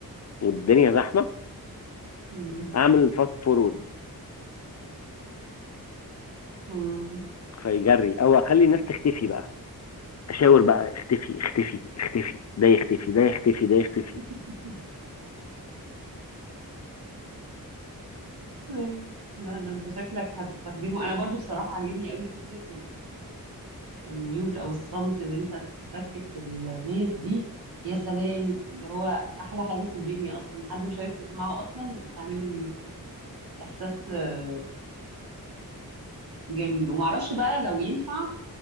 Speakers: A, on the left (about 45°); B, on the right (about 75°).
A: والدنيا زحمه
B: مم.
A: اعمل فاست فورورد
B: مم.
A: فيجري او اخلي الناس تختفي بقى اشاور بقى اختفي اختفي اختفي ده يختفي ده يختفي ده يختفي
B: <laughs> أيوة. لا ده انت شكلك هتستخدمه انا برضو بصراحة عاجبني قوي فكرة الميوت او الصمت ان انت تسكت الناس دي يا سلام اللي هو احلى حاجه في الدنيا اصلا حد مش عايز تسمعه اصلا تعمل له ميوت كده احساس آه، جميل ومعرفش بقى لو ينفع